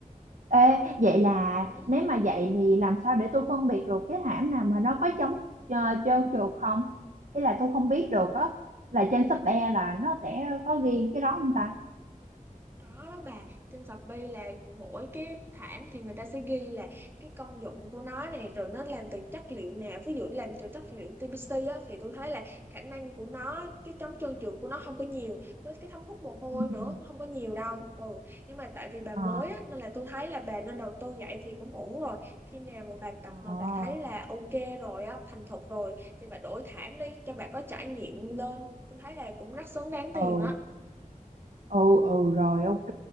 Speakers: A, on the right (about 65°); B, on the right (about 15°).
A: Ê, vậy là
B: ừ.
A: nếu mà vậy thì làm sao để tôi phân biệt được cái thảm nào mà nó có chống uh, trơn trượt không? Ý là tôi không biết được á, là trên shop e là nó sẽ có ghi cái đó không ta?
B: Có đó bà, trên Shopee là mỗi cái thảm thì người ta sẽ ghi là cái công dụng của nó này rồi nó làm từ chất liệu nào. Ví dụ làm từ chất liệu TPC á, thì tôi thấy là khả năng của nó, cái chống trơn trượt của nó không có nhiều. Với cái thấm hút mồ hôi
A: Ừ.
B: nữa, không có nhiều đâu. Ừ. Nhưng mà tại vì bà
A: Ờ,
B: mới á, nên là tôi thấy là bà nên đầu tư vậy thì cũng ổn rồi. Khi nào mà bà tập
A: ờ,
B: mà bà thấy là ok rồi á, thành thục rồi thì bà đổi thảm đi cho bà có trải nghiệm lên. Tôi thấy là cũng rất xứng đáng
A: ừ.
B: tiền á.
A: ừ ừ rồi ok